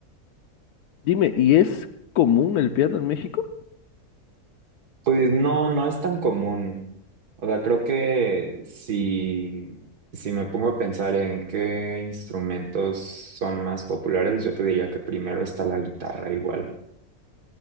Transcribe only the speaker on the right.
Pues no, no es tan común. O sea, creo que si, si me pongo a pensar en qué instrumentos son más populares, yo te diría que primero está la guitarra igual.